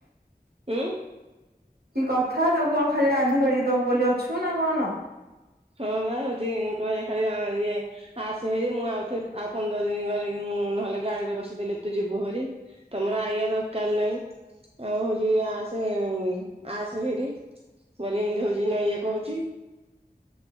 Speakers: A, on the right (about 35°); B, on the right (about 70°).
A: ଉଁ
B: କି କଥା ତାଙ୍କୁ କଣ ଖାଲି ରାନ୍ଧି ବଢ଼ିକି ଦବୁ ବୋଲି ଅଛୁ ନା କଣ?
A: ହଁ ବା ହୋଉଚି କଇଲେ ଖାଲି ଆ ଇଏ ଆସେ ହେରି ମୁଁ ଆଉଥଏ ଆଉ ପନ୍ଦର ଦିନ ଗରେ ମୁଁ ନହେଲେ ଗାଡିରେ ବସେଇଦେଲେ ତୁ ଯିବୁ ହରି। ତମର ଆଇଆ ଦରକାର ନାଇଁ, ଆଉ ହୋଉଚି ଆସେ ଆସେ ହେରି। ପରି ଇମିତି ହୋଉଚି ନା ଇଏ କୋଉଚି।